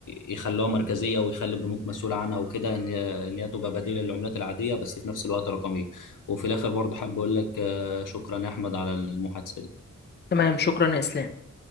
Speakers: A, on the left; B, on the left.
A: يخلوها مركزيه ويخلي البنوك مسؤوله عنها وكده ان ان هي تبقى بديله للعملات العاديه بس في نفس الوقت رقميه وفي الاخر برضه حابب اقول لك آه، شكرا يا احمد على المحادثه دي
B: تمام شكرا يا اسلام